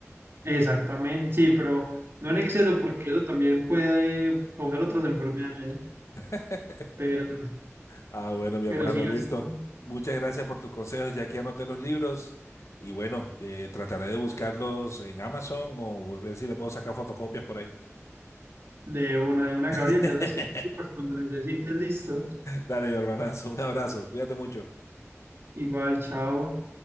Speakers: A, on the right; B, on the left.
A: Exactamente, sí, pero no en exceso porque eso también puede eh, causar otras enfermedades.
B: <laughs>
A: Pero,
B: Ah, bueno, mi
A: pero
B: hermano,
A: sí,
B: listo.
A: así son.
B: Muchas gracias por tus consejos. Ya que anoté los libros. Y bueno, eh, trataré de buscarlos en Amazon o ver si le puedo sacar fotocopias por ahí.
A: de una, de una,
B: <laughs>
A: Gabriel, ya sabes que aquí estoy para cuando necesites, listo.
B: Dale, mi hermanazo. Un abrazo. Cuídate mucho.
A: Igual, chao.